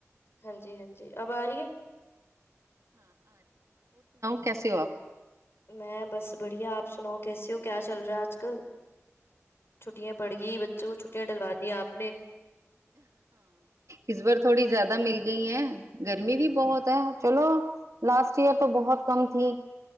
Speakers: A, on the left; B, on the right.
A: ਹਾਂਜੀ ਹਾਂਜੀ ਅਬ ਆ ਰੀ ਐ
B: ਕੈਸੇਓ
A: ਮੈਂ ਬਸ ਬੜੀਆ ਆਪ ਸੁਣਾੋੳ ਕੈਸੇ ਹੋ ਕਿਆ ਚੱਲ ਰਿਹਾ ਆਜ ਕਲ ਛੁੱਟੀਆਂ ਪੜ ਗਈ ਬੱਚੇ ਕੋ ਛੁੱਟੀਆਂ ਡਲਵਾ ਦੀ ਆਪ ਨੇ
B: ਇਸ ਵਾਰ ਥੋੜੀ ਜ਼ਿਆਦਾ ਮਿਲ ਗਈ ਹੈ ਗਰਮੀ ਵੀ ਬਹੁਤ ਹੈ ਚਲੋ ਲਾਸਟ ਈਅਰ ਤੋਂ ਬਹੁਤ ਕਮ ਥੀ